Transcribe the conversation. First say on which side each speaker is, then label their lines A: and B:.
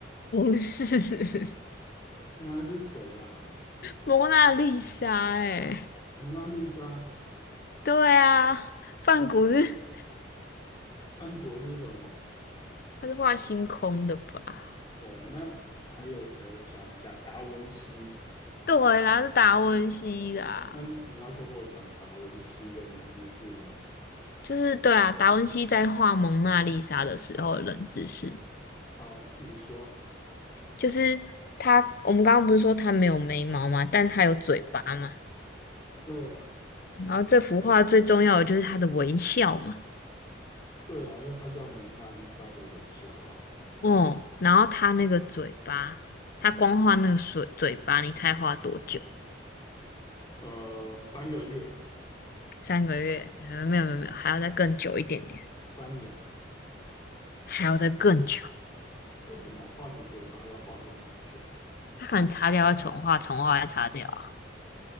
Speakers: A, on the left; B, on the left.
A: 无视 <laughs>
B: 那是谁啊？
A: 蒙娜丽莎哎、
B: 蒙娜丽莎
A: 对啊，梵谷是
B: 不是梵谷是什么？
A: 他是画星空的吧？
B: 哦，那还有谁？我想一下，达文西。
A: 对啦，是达文西啦，
B: 那你要跟我讲达文西的冷知识吗？
A: 就是对啊，达文西在画蒙娜丽莎的时候的冷知识，
B: 好，你说。
A: 就是他，我们刚刚不是说他没有眉毛嘛，但他有嘴巴嘛，
B: 对啊，
A: 然后这幅画最重要的就是他的微笑嘛，
B: 对啊，因为他叫蒙娜丽莎的微笑啊。
A: 哦，然后他那个嘴巴，他光画那个水嘴巴，你猜画多久？
B: 呃，三个月，
A: 三个月？没有没有没有，还要再更久一点点，
B: 三年，
A: 还要再更久。
B: 为什么画个嘴巴要画这么久？
A: 他可能擦掉会重画，重画再擦掉啊。